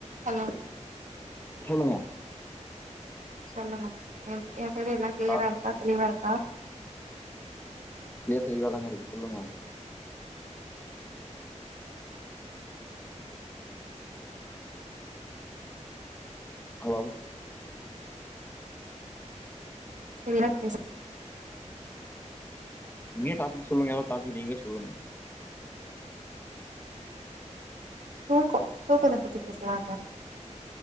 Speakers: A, on the right (about 80°); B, on the left (about 15°).
A: Hello
B: சொல்லுங்க
A: சொல்லுங்க என் என் சரி எல்ல கிளியரா
B: டா
A: இருக்கா தெளிவா இரு ஆஹ
B: ஏ தெளிவாதாங்க இருக்கு சொல்லுங்க உஹம் ஹலோ
A: <unintelligible>
B: நீயே டாபிக் சொல்லுங்க ஏரோது டாபிக் நீங்க சொல்லுங்க
A: தூக்கம் தூக்கத்தை பத்தி பேசலாங்க